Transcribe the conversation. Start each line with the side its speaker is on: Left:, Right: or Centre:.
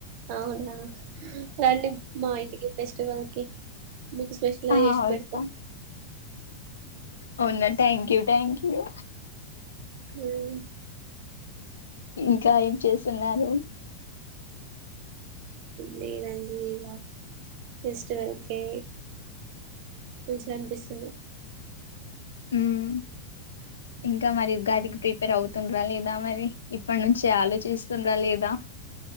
Right: అవునా రండి మా ఇంటికి ఉప్పేస్ ట్వెల్వ్ కి మీకు స్పెషల్ గా
Left: ఆ
Right: చేసి
Left: వాద్దాం
Right: పెడతా
Left: అవునా థాంక్యూ థాంక్ హాలో
Right: మ్మ్
Left: ఇంకా ఏం చేసున్నారు
Right: లేదండి ఇలా ఫెస్టివల్ కే మంచిగా అనిపిస్తుంది
Left: మ్మ్ ఇంకా మరి ఉగాది ప్రిపేర్ అవుతుండరా లేదా మరి ఇప్పడ్ నుంచి ఆలోచిస్తుండరా లేదా